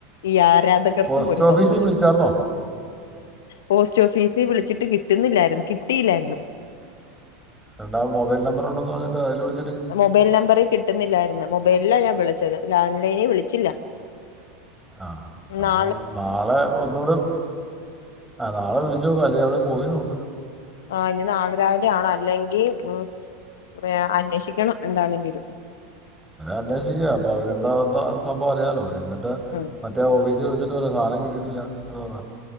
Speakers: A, on the left (about 70°); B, in the centre.
A: ഈ ആ കർക്കും
B: പോസ്റ്റ്
A: ഒര്
B: ഓഫീസിൽ
A: സന്തോഷം
B: വിളിച്ചായിരുന്നോ
A: പോസ് സ്റ്റോ ഓഫീസി വിളിച്ചിട്ട് കിട്ടുന്നില്ലായ്രുന്നു കിട്ടില്ലായ്രുന്നു.
B: രണ്ടാ മൊബൈൽ നമ്പർ ഒണ്ടന്ന് പറഞ്ഞിറ്റ് അയ്ല് വിളി
A: മൊബൈൽ നമ്പറി കിട്ടുന്നില്ലായിരുന്നു മൊബൈല്ലാ ഞാ വിളിച്ചത് ലാൻലൈനി വിളിച്ചില്ല.
B: ആ
A: ന്നാ
B: അപ്പം നാളെ ഒന്നുടെ ആ നാളെ വിളിച്ചോക് ല്ലെ അവ്ടെ പോയ് നോക്ക്.
A: ആ ഇനി നാളെ രാവിലെ ആണ് അല്ലെങ്കി മ് <unintelligible> അന്വേഷിക്കണം എന്താണെങ്കിലും.
B: അന്വേഷിക് അപ്പൊ അവരെന്താ ത്ത സംഭവം അറിയാലോ എന്നിട്ട്
A: ഉം
B: മറ്റേ ഓഫീസി ഇത് വരെ സാനം കിട്ടിട്ടില്ല എന്ന് പറ